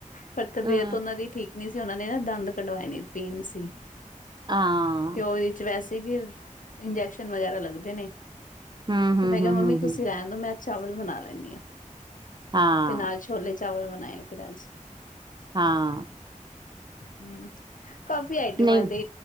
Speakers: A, on the left; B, on the right.
A: ਪਰ ਤਬੀਅਤ
B: ਅ
A: ਉਹਨਾਂ ਦੀ ਠੀਕ ਨੀ ਸੀ ਉਹਨਾਂ ਨੇ ਨਾ ਦੰਦ ਕਢਵਾਏ ਨੇ ਪੀਣ ਸੀ,
B: ਹਾਂ
A: ਤੇ ਉਹਦੇ ਚ ਵੈਸੇ ਫਿਰ ਇੰਜੈਕਸ਼ਨ ਵਗੈਰਾ ਲੱਗਦੇ ਨੇ।
B: ਹਮ
A: ਤੇ
B: ਹਮ
A: ਮੈਂ ਕਿਹਾ
B: ਹਮ
A: ਮੰਮੀ
B: ਹਮ
A: ਤੁਸੀਂ
B: ਹਮ
A: ਰਹਿਣ ਦੋ, ਮੈਂ ਚਾਵਲ ਬਣਾ ਲੈਂਨੀ ਆਂ,
B: ਹਾਂ
A: ਤੇ ਨਾਲ ਛੋਲੇ ਚਾਵਲ ਬਣਾਏ ਫਿਰ ਅੱਜ।
B: ਹਾਂ
A: ਹੂੰ, ਕਾਫੀ ਆਈਟਮਾਂ
B: ਨਹੀਂ
A: ਤੇ